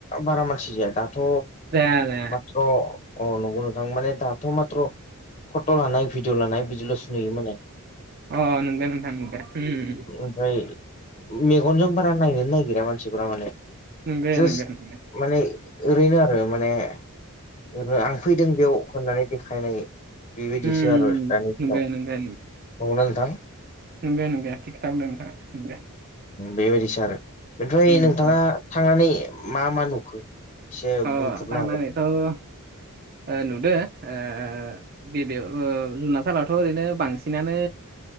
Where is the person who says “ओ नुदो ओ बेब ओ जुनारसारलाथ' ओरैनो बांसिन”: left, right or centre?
Right